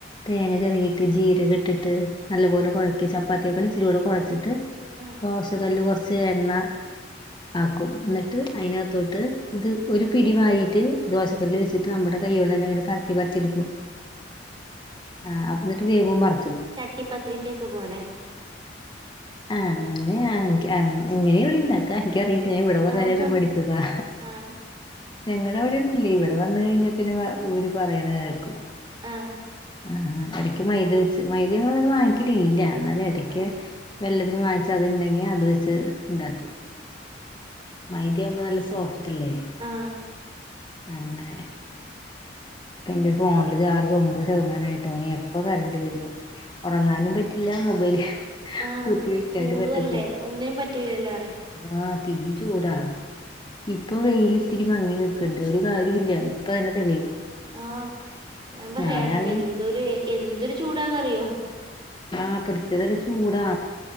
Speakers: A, on the left (about 25°); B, on the right (about 25°).
A: തേങ്ങ ചെരകിട്ട് ജീരകം ഇട്ടിട്ട് നല്ലപോലെ കുഴക്കി ചപ് ചപ്പാത്തിയെക്കാൾ ഇച്ചിരി കൂടെ കുഴചിട്ട്
B: ആഹ്
A: ദോശ കല്ല് കുറച്ച് എണ്ണ ആക്കും എന്നിട്ട് അതിനകത്തോട്ട് ഇത് ഒരു പിടിവായിട്ട് ദോശക്കല്ല് വെച്ചിട്ട് നമ്മുടെ കയോണ്ട് ന്നെങ്ങനെ പരത്തി പരത്തി എടുക്കും ആ എന്നിട്ട് വേവുമ്പോ മറി
B: ചട്ടിപ്പത്തിരി ന്റെ ഒക്കെ പോലെ
A: ആഹ് അങ്ങനെയ എങ്ങനെയ ഇവിടെ ഉണ്ടാക്ക എനിക്കറി ഞാൻ ഇവിടെ വന്നതിന്
B: ആഹ്
A: ശേഷം പഠിച്ചതാ
B: ആഹ്
A: ഞങ്ങടെ അവിടോന്നില്ല ഇവിടെ വന്ന കഴിഞ്ഞാ പിന്നെ ഇവർ പറയണ കേക്കും
B: ആഹ്
A: ആ ഇടയ്ക്ക് മൈദ വെച്ച് മൈദ ഞങ്ങ അങ്ങനെ വാങ്ങിക്കലില്ല എന്നാല് ഇടക്ക്
B: ആഹ്
A: വല്ലതിനും വങ്ങിച്ച ണ്ടെങ്കി അത് വെച്ച് ഉണ്ടാക്കും മൈദയാവുമ്പോ നല്ല സോഫ്റ്റ്ല്ലേ
B: ആഹ്
A: അങ്ങനെ പ്പ എന്റെ ഫോണില് ചാർജ് ഒമ്പത് ശതമാനംമായിട്ടോ എപ്പ കറണ്ട് വരു ഉറങ്ങാനും പറ്റ ല്ല മൊബൈല്
B: ആഹ്
A: കുത്തി വെക്കാനും
B: ഇത് ചൂടും
A: പറ്റത്തില്ല
B: അല്ലേ ഒന്നിനും പറ്റൂലല്ലോ പറ
A: ആ ഈ ചൂടാ ഇപ്പൊ വെയിൽ ഇത്തിരി മങ്ങി നിക്കണ്ട് ഒരു കാര്യ ഇല്ല ഇപ്പൊ തന്നെ തെളിയും
B: ആഹ ഞാൻ പറയാ
A: ഞാനാണെങ്കി
B: എന്തൊരു എന്തൊരു ചൂടാന്നറിയോ
A: ആഹ് പ്രതേക തരം ചൂടാ